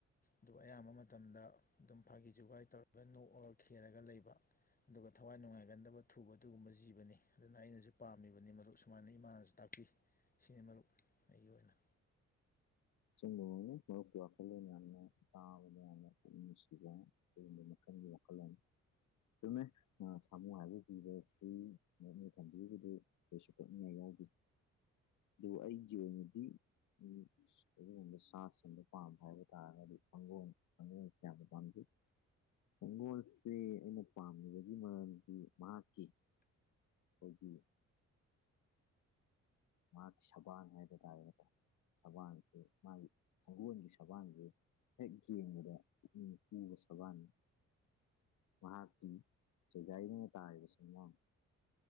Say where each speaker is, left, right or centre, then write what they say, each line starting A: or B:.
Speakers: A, on the left; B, on the left.
A: ꯑꯗꯨ ꯑꯌꯥꯝꯕ ꯃꯇꯝꯗ ꯑꯗꯨꯝ ꯐꯥꯒꯤ ꯖꯨꯒꯥꯏ ꯇꯧꯔꯒ ꯅꯣꯛꯑꯒ ꯈꯦꯔꯒ ꯂꯩꯕ ꯑꯗꯨꯒ ꯊꯋꯥꯏ ꯅꯨꯡꯉꯥꯏꯒꯟꯗꯕ ꯊꯨꯕ ꯑꯗꯨꯒꯨꯝꯕ ꯖꯤꯕꯅꯤ ꯑꯗꯨꯅ ꯑꯩꯅꯁꯨ ꯄꯥꯝꯃꯤꯕꯅꯤ ꯃꯔꯨꯞ ꯁꯨꯃꯥꯏꯅ ꯏꯃꯥꯅꯁꯨ ꯇꯥꯛꯄꯤ ꯁꯤꯅꯤ ꯃꯔꯨꯞ ꯑꯩꯒꯤ ꯑꯣꯏꯅ
B: ꯁꯕ ꯃ ꯋꯥ ꯀꯂꯅꯦ ꯇꯥꯕ ꯂꯩꯁꯤ ꯃ ꯋꯥ ꯀꯂ ꯑꯗꯨꯃꯦ ꯁꯥꯃꯨ ꯍꯥꯏꯕ ꯄꯤꯕ ꯁꯤ ꯅꯣꯅꯤ ꯊꯝꯕꯤꯕꯗꯨ ꯀꯩꯁꯨ ꯇꯣꯛꯅꯤꯡꯉ ꯑꯗꯨꯒ ꯑꯩꯖꯤꯕ ꯃꯗꯤ ꯎ ꯑꯗꯨꯒꯨꯝꯕ ꯁꯥꯁꯤꯡꯟꯗ ꯄꯥꯝꯕ ꯍꯥꯏꯕ ꯇꯥꯔꯒꯗꯤ ꯐꯪꯒꯣꯝ ꯀꯥꯡꯪꯒꯣꯝ ꯀꯌꯥꯅ ꯄꯥꯝꯖꯩ ꯍꯤꯡꯒꯣꯜꯁ ꯑꯩꯅ ꯄꯥꯝꯃꯤꯕꯒꯤ ꯃꯔꯝꯗꯤ ꯃꯍꯥꯛꯀꯤ ꯀꯒꯒꯤ ꯃꯥꯒꯤ ꯁꯕꯅ ꯍꯥꯏꯒꯦꯗꯥꯔ ꯁꯕꯥꯟꯁꯦ ꯃꯥꯒꯤ ꯁꯪꯒꯣꯜꯒꯤ ꯁꯕꯥꯟꯁꯦ ꯍꯦꯛꯒꯤꯗꯄꯨꯒ ꯁꯕꯥꯟ ꯃꯍꯥꯛꯀꯤ ꯁꯨꯖꯥꯏꯗꯨꯅ ꯇꯥꯔꯤꯕꯁꯤꯡꯃ